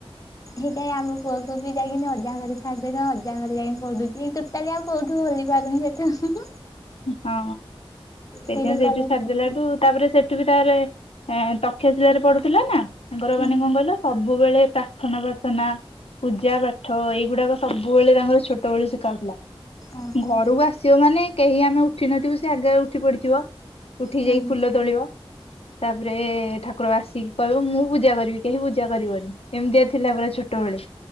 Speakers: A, on the left (about 35°); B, on the left (about 80°).
A: ହେଇଥିପାଇଁ ଆମ ପୁଅକୁ ବି ଯାଇକିନି ଅଜା ଘରେ ଛାଡି ଦେଇଚୁ ଅଜା ଘରେ ଯାଇକି ପଡୁଛି। କାଲି ଆଉ କଉଠୁ ହଲି ପାରୁନି ସେଠୁ।
B: ହଁ ସେଥିପାଇଁ
A: ସେଇଠି
B: ସେଇଠୁ
A: କଲେଜ
B: ଛାଡିଦେଲାଠୁ ତାପରେ ସେଠୁବି ତାରେ ତକ୍ଷ୍ୟ ଶିଳାରେ ରେ ପଢଡୁଥିଲା ନା ତାଙ୍କର
A: ହୁଁ
B: ମାନେ କଣ କହିଲ ସବୁବେଳେ ପ୍ରାର୍ଥନା ପ୍ରାର୍ଥନା ପୂଜା ପାଠ ଏଇଗୁଡାକ ସବୁବେଳେ ତାଙ୍କର ଛୋଟ ଛୋଟବେଳୁ ଶିଖାହଉଥିଲା।
A: ଓହୋ
B: ଘରକୁ ଆସିବ ମାନେ କେହି ଆମେ ଉଠି ନଥିବୁ। ସେ ଆଗରେ ଉଠି ପଡିଥିବ ଉଠି
A: ହୁଁ
B: ଯାଇ ଫୁଲ ତୋଳିବ। ତାପରେ ଠାକୁର ଆସିକି କହିବ ମୁଁ ପୂଜା କରିବି କେହି ପୂଜା କରିବନି ଏମିତିଆ ଥିଲା ବେଳେ ଛୋଟ ଟଳେ